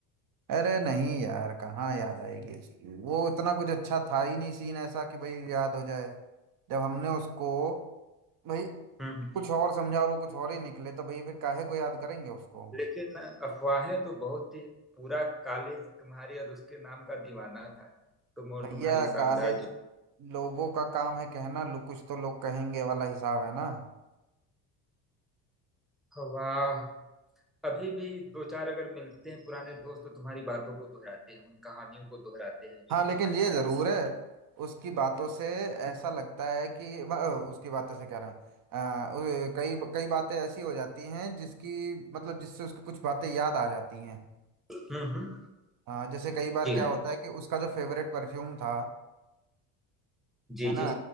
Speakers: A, on the right (about 45°); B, in the centre.
A: अरे नहीं यार कहाँ याद आएगी इसकी वो इतना कुछ अच्छा था ही नहीं सीन ऐसा कि भाई याद हो जाए जब हमने उसको भाई
B: हम्म
A: कुछ और समझा और वो कुछ और ही निकले तो भाई फिर काहे को याद करेंगे उसको
B: लेकिन अफवाहें तो बहुत थी पूरा कॉलेज तुम्हारी और उसके नाम का दीवाना था तुम और
A: भैया
B: तुम्हारी शानदार
A: काले
B: जो
A: लोगों का काम है कहना लो कुछ तो लोग कहेंगे वाला हिसाब है ना
B: वाह अभी भी दो चार अगर मिलते हैं पुराने दोस्त तो तुम्हारी बातों को दोहराते हैं उन कहानियों को दोहराते हैं जो
A: हाँ
B: तुम्हारे
A: लेकिन ये
B: साथ
A: जरूर
B: जुड़ी
A: है उसकी बातों से ऐसा लगता है कि ब- उसकी बातों से कह रहे हैं अ, उ- कई कई बातें ऐसी हो जाती हैं जिसकी मतलब जिससे उसको कुछ बातें याद आ जाती हैं
B: हम्म हम्म
A: हाँ जैसे कई बार
B: जी
A: क्या
B: हाँ
A: होता है कि उसका जो फेवरेट परफ्यूम था
B: जी
A: है ना
B: जी